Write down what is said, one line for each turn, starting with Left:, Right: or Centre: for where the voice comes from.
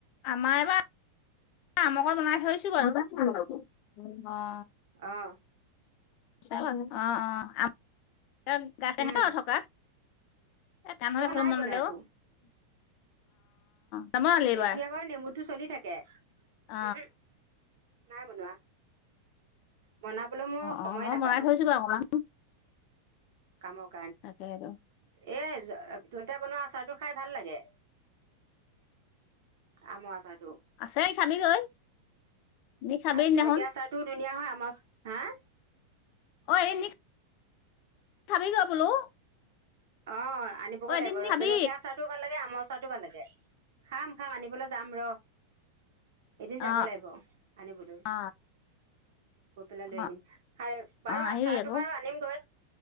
Left: আমাৰ এবাৰ আমকে বনাই থৈছো বাৰু অ
Right: অহ
Left: চাও আৰু অ অ
Right: উম
Left: <unintelligible> থকাত এ টান হলে
Right: মই
Left: খাব
Right: নাই
Left: মন
Right: বনোৱা
Left: নেযায়
Right: একো
Left: ঔ অ নবনালি এইবাৰ
Right: এতিয়া বাৰু নেমুটো চলি থাকে।
Left: অ
Right: ওহো। নাই বনোৱা। বনাবলৈ মই
Left: অ অ
Right: সময়
Left: মই
Right: নাপালো।
Left: বনাই থৈছো বাৰু অকমান
Right: কামক
Left: তাকেইটো।
Right: এ তুনতে বনোৱা আচাৰটো খাই ভাল লাগে। আমৰ আচাৰ।
Left: আছেই খাবিগৈ। এ খাবি
Right: আৰু
Left: সেদনাখন।
Right: জলকীয়া আচাৰটোও ধুনীয়া হয় আমাৰ, হা?
Left: অ, এ নি খাবি গৈ বোলো।
Right: অ, আনিবগৈ
Left: অ এদিন
Right: লাগিব
Left: নি
Right: ৰ।
Left: খাবি
Right: জলকীয়া আচাৰটোও ভাল লাগে, আমৰ আচাৰতো ভাল লাগে। <unintelligible> খাম, খাম আনিবলৈ যাম ৰ। এদিন
Left: অ অ
Right: যাব লাগিব আনিবলৈ।
Left: অ
Right: গৈ পেলাই
Left: অ
Right: লৈ আনিম। <unintelligible> বাৰু
Left: অ আহিবি
Right: আচাৰটো
Left: আকৌ
Right: বাৰু আনিম গৈ।